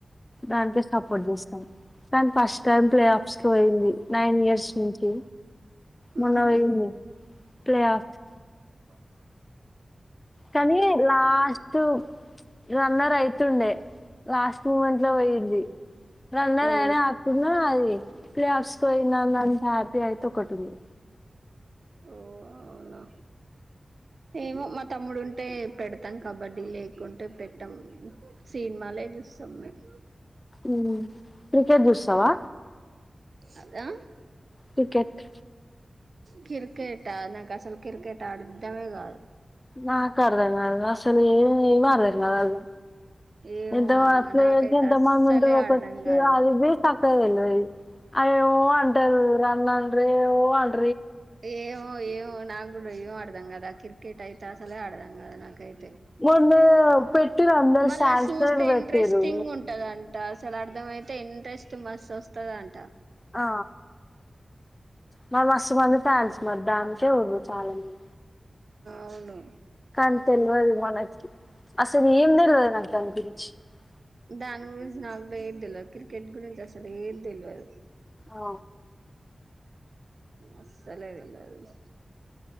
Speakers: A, on the left (about 20°); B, on the right (about 65°).
A: దానికే సపోర్ట్ చేస్తాం దాని ఫస్ట్ టైం ప్లే ఆఫ్స్కి పోయింది నైన్ ఇయర్స్ నుంచి మొన్న
B: ఉహు
A: పోయింది ప్లే ఆఫ్కి
B: - <unintelligible>
A: కనీ లాస్ట్ రన్నర్ ఐతుండే లాస్ట్ మూమెంట్ లో పోయింది రన్నదినే
B: ఓ
A: ఆకున్నా అది ప్లే ఆఫ్స్ పోయింది అంత హ్యాపీ అయితోకటుంది
B: ఓ అవునా ఏమో మ తమ్ముడు ఉంటే పెడతాం కబడ్డీ లేకుంటే పెట్టం సిన్మాలే చూస్తాం మేము
A: ఉ క్రికెట్ చూస్తావా
B: అదా
A: క్రికెట్
B: కిర్కెట నాక అసలు కిర్కెట్ అర్ధమే కాదు
A: నాకు అర్ధం కాదు అసలు ఏం ఏం అర్ధం కాదు
B: ఏమో
A: ఎంత
B: అమ్మ
A: ప్లేయర్స్
B: నాకైతే
A: ఎంత
B: అస్సలే
A: మ ఉంటారు ఒకటి
B: అర్ధం కాదు
A: అది సక్కగా తెలియదు ఏయో అంటారు రన్నాండ్రె అంటరు
B: ఏమో ఏమో నాకు ఇ ఏం అర్ధం కాదు క్రికెట్ అయితే అస్ అసలే ఆడదాం కాదు నాకైతే
A: మొందు పెట్టిరు అందరు
B: మళ్ళా
A: శాంస్లు
B: చూస్తే
A: పెట్టిరు
B: ఇంట్రెస్టింగ్ ఉంటదంట అసలు అర్థమ అయితే ఇంట్రెస్ట్ మస్త్ వస్తుందంట
A: ఆ మరి మస్త్ మంది ఫాన్స్ మరి దానికే ఉన్నారు చాలా మంది
B: అవును
A: కానీ తెల్వద్ మనకి అసలు ఏం తెల్వద్ నాకు దానిగురించి <unintelligible>
B: దాని గురించి నాకు ఏది తెలిదు క్రికెట్ గురించి అసలు ఏది తెలియదు
A: ఓ
B: అసలే తెలీదు